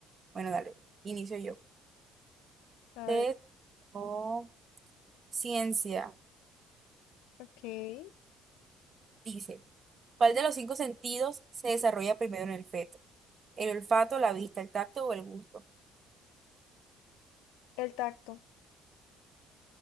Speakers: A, on the right; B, on the left.
A: Bueno, dale. Inicio yo.
B: A
A: Te
B: ver,
A: o ciencia.
B: ok.
A: Dice, ¿cuál de los cinco sentidos se desarrolla primero en el feto? ¿El olfato, la vista, el tacto o el gusto?
B: El tacto.